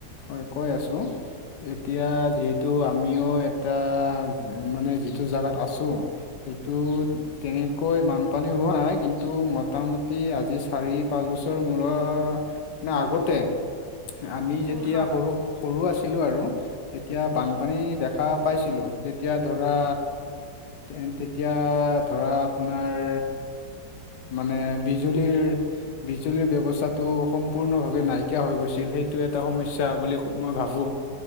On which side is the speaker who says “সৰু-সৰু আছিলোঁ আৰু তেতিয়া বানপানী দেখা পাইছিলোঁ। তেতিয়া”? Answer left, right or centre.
Left